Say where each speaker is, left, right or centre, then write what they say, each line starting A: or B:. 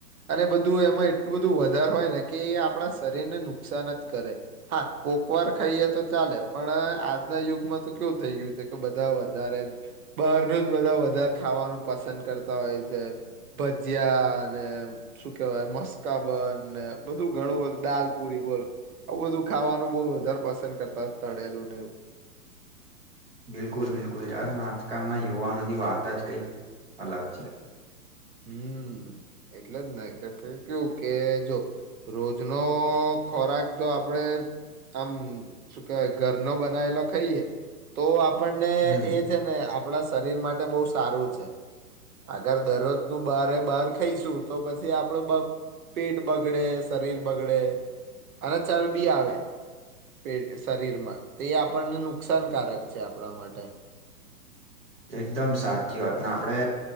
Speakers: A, on the right (about 60°); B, on the right (about 35°).
A: અને બધું એ. એટલું બધું વધારે હોય ને કે એ આપણા શરીરને નુકસાન જ કરે હા કોકવાર ખાઈએ. તો ચાલે પણ આજના યુગમાં તો કેવું થઈ ગયું છે કે. કરતાં વધારે બારનું જ બધા વધારે ખાવાનું પસંદ કરતા હોય છે. ભજીયા અનેને શું કેવાય મસ્કાબન ને બધું ઘણું બધું દાલપુરી. બોલો આવું બધું ખાવાનું બહું વધારે પસંદ કરતા હોય છે તળેલું ને એવું.
B: <inaudible> બિલકુલ બિલકુલ જવા દોને આજકાલના યુવાનોની વાત જ કંઈક અલગ છે.
A: હમ્મ. એટલેજને કેમકે કેવું કે જો રોજ નો ખોરાક જો આપડ. આપણે આમ શું કેવાય ઘરનો બનાવેલો ખાઈએ તો. આપણને
B: હમ
A: એ છે ને આપણા શરીર માટે બહુ સારું છે અગર દરરોજ. હું બારે બાર ખાઈશું તો પછી આપડે બ. પેટ બગડે શરીર બગડે અને ચરબી આવે. પેટ શરીરમાં તે આપણને નુકસાનકારક છે આપણા માટે.
B: એકદમ સાચી વાત ને આપણે.